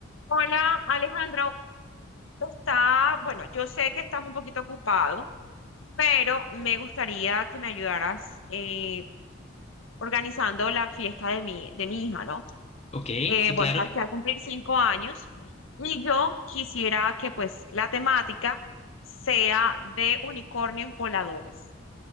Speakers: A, on the left; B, on the left.
A: Hola, Alejandro. Está, bueno, yo sé que estás un poquito ocupado, pero me gustaría que me ayudaras eh, organizando la fiesta de mi, de mi hija, ¿no?
B: Ok,
A: Eh,
B: sí,
A: bueno,
B: claro.
A: sabes que va a cumplir cinco años y yo quisiera que pues la temática sea de unicornios voladores.